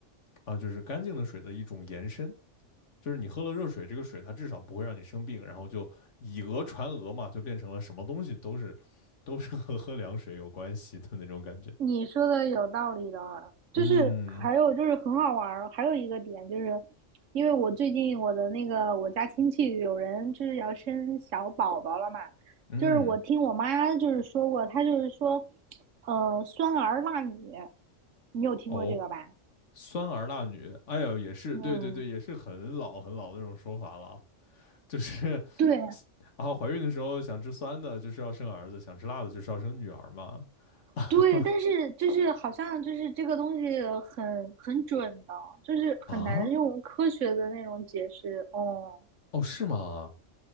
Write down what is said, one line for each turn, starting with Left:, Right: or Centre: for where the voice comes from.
Left: 啊，就是干净的水的一种延伸。就是你喝了热水，这个水它至少不会让你生病，然后就以讹传讹嘛，就变成了什么东西都是都是和喝凉水有关系的那种感觉。
Right: 你说的有道理的，就是还有就是很好玩儿，
Left: 嗯
Right: 还有一个点就是，因为我最近我的那个我家亲戚有人就是要生小宝宝了嘛，
Left: 嗯，
Right: 就是我听我妈就是说过，她就是说，嗯，酸儿辣女，你有听过这个吧？
Left: 哦，酸儿辣女，哎呦，也是，
Right: 嗯，
Left: 对对对，也是很老很老的那种说法了。就是
Right: 对
Left: 啊，怀孕的时候想吃酸的，就是要生儿子；想吃辣的，就是要生女儿嘛。<laughs>
Right: 对，但是就是好像就是这个东西很很准的，就是很难用科学的那种解释，
Left: 啊，
Right: 哦，
Left: 哦，是吗？